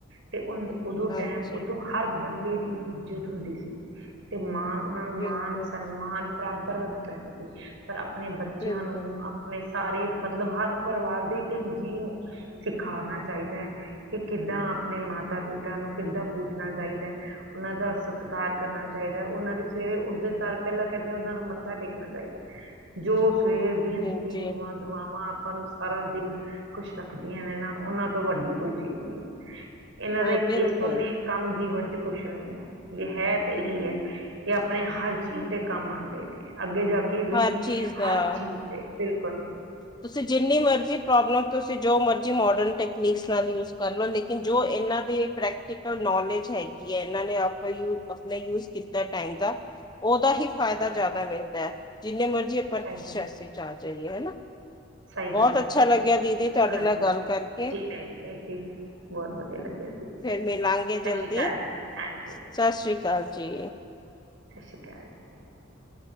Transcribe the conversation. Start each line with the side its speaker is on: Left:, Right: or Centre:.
Right: ਤੇ ਉਦੋਂ
Left: ਹਾਂਜੀ
Right: ਟੈਮ ਉਥੋਂ ਹਰ ਬੰ ਦੀ ਇੱਜਤ ਹੁੰਦੀ ਸੀ ਤੇ ਮਾਨ ਉਹਨਾਂ ਨੂੰ
Left: ਬਿਲਕੁਲ
Right: ਮਾਣ ਸਨਮਾਨ ਪ੍ਰਾਪਤ <unintelligible> ਪਰ ਆਪਣੇ ਬੱਚਿਆਂ
Left: ਬਿਲਕੁਲ
Right: ਨੂੰ ਆਪਣੇ ਸਾਰੇ ਮਤਲਬ ਹਰ ਪਰਿਵਾਰ ਦੇ ਇੱਕ ਇੱਕ ਜੀਅ ਨੂੰ ਸਿਖਾਉਣਾ ਚਾਹੀਦਾ ਹੈ ਕਿ ਕਿੱਦਾਂ ਆਪਣੇ ਮਾਤਾ ਪਿਤਾ ਨੂੰ ਕਿੱਦਾਂ ਪੂਜਣਾ ਚਾਹੀਦਾ ਹੈ। ਉਹਨਾਂ ਦਾ ਸਤ ਸਤਿਕਾਰ ਕਰਨਾ ਚਾਹੀਦਾ ਉਹਨਾਂ ਦੀ ਸਵੇਰੇ ਉੱਠਦੇ ਸਾਰ ਪਹਿਲਾਂ ਕਹਿੰਦੇ ਉਹਨਾਂ ਦਾ ਮੱਥਾ ਟੇਕਣਾ ਚਾਹੀਦਾ। ਜੋ ਸਵੇਰ ਦੀਆਂ
Left: ਹਾਂਜੀ
Right: ਦਿੱਤੀਆਂ ਹੋਈਆਂ ਦੁਆਵਾਂ ਆਪਾਂ ਨੂੰ ਸਾਰਾ ਦਿਨ ਖੁਸ਼ ਰੱਖਦੀਆਂ ਨੇ ਨਾ ਉਹਨਾਂ ਵੱਡੀ ਕੋਈ ਚੀਜ਼ ਨਹੀਂ ਹੈ ਇਹਨਾਂ
Left: ਉਹ
Right: ਦਾ
Left: ਬਿਲਕੁਲ
Right: ਇਸ ਤੋਂ ਨੇਕ ਕੰਮ ਜੀਵਨ ਕੁਛ ਨਹੀਂ ਹੈ ਜੇ ਹੈ ਤੇ ਇਹੀ ਹੈ ਕਿ ਆਪਣੇ ਹਰ ਚੀਜ਼ ਤੇ ਕੰਮ ਆਉਂਦੇ ਨੇ ਅੱਗੇ ਜਾ ਕੇ ਵੀ
Left: ਹਰ ਚੀਜ਼ ਦਾ
Right: ਹਰ ਚੀਜ਼ ਤੇ ਬਿਲਕੁਲ
Left: ਤੁਸੀਂ ਜਿੰਨੀ ਮਰਜ਼ੀ ਪ੍ਰੋਬਲਮ ਤੁਸੀਂ ਜੋ ਮਰਜ਼ੀ ਮੋਡਰਨ ਟੈਕਨੀਕਸ ਨਾਲ ਯੂਜ ਕਰ ਲਓ ਲੇਕਿਨ ਜੋ ਇਹਨਾਂ ਦੇ ਪ੍ਰੈਕਟੀ ਨੌਲੇਜ ਹੈਗੀ ਹੈ ਇਹਨਾਂ ਨੇ ਆਪਾਂ ਆਪਣੇ ਯੂਜ ਕੀਤਾ ਟੈਂਕ ਦਾ ਉਹਦਾ ਹੀ ਫਾਇਦਾ
Right: ਸਹੀ
Left: ਜ਼ਿਆਦਾ ਮਿਲਦਾ ਜਿੰਨੇ ਮਰਜ਼ੀ ਆਪਾਂ
Right: ਸਹੀ
Left: ਸੈਸੀ ਚ ਆ ਜਾਈਏ ਹਨਾ। <inaudible>
Right: ਸਹੀ
Left: ਬਹੁਤ
Right: ਗੱਲ ਕੀਤੀ
Left: ਅੱਛਾ ਲੱਗਿਆ
Right: ਬਿਲਕੁਲ
Left: ਦੀਦੀ ਤੁਹਾਡੇ
Right: ਹਾਂਜੀ
Left: ਨਾਲ ਗੱਲ ਕਰਕੇ
Right: ਜੀ ਮੈਨੂੰ ਵੀ ਜੀ ਬਹੁਤ ਵਧੀਆ
Left: ਫਿਰ
Right: ਲੱਗਿਆ ਜੀ ਸਤਿ
Left: ਮਿਲਾਂਗੇ ਜਲਦੀ
Right: ਸ਼੍ਰੀ ਅਕਾਲ ਜੀ ਹਾਂਜੀ
Left: ਸਤ ਸ੍ਰੀ ਅਕਾਲ ਜੀ।
Right: ਸਤ ਸ੍ਰੀ ਅਕਾਲ ।